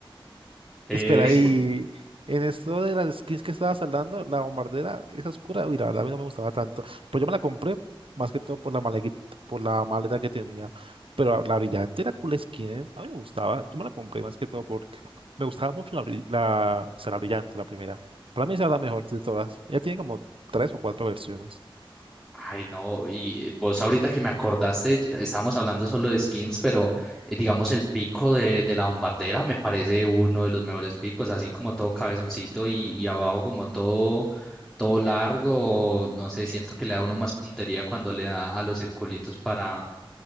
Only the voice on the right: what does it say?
Espera, y en esto de las skins que estabas hablando, la bombardera es oscura. Uy, la verdad a mí no me gustaba tanto. Pues yo me la compré más que todo por la maleta, por la maleta que tenía. Pero la la brillante era cool skin, ¿eh? A mí me gustaba. Yo me la compré más que todo porque me gustaba mucho la, bri- la, o sea, la brillante, la primera. Para mí esa era la mejor de todas. Ella tiene como tres o cuatro versiones.